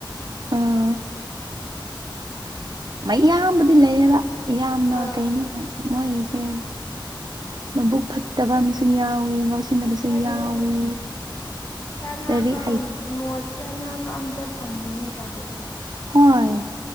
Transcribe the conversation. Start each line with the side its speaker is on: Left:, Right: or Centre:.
Right: ꯑꯥ ꯃꯌꯥꯝꯕꯨꯗꯤ ꯂꯩꯌꯦꯕ ꯌꯥꯝꯅ
Left: ꯑꯥ
Right: ꯀꯩꯅꯣ ꯃꯣꯏꯒꯤꯁꯦ ꯃꯕꯨꯛ ꯐꯠꯇꯕ ꯑꯃꯁꯝꯨ ꯌꯥꯎꯋꯤ ꯉꯁꯤ ꯁꯤꯖꯤꯟꯅꯕꯁꯨ
Left: ꯍꯣꯏꯅꯦ
Right: ꯌꯥꯎꯋꯤ
Left: ꯆꯥꯅꯕ
Right: ꯂꯥꯏꯔꯤꯛ ꯍꯩ
Left: ꯃꯣꯠ ꯆꯥꯟꯅꯕ ꯑꯝꯇ ꯐꯪꯗꯦꯅꯦ ꯇꯧꯔꯤꯁꯦ
Right: ꯍꯣꯏ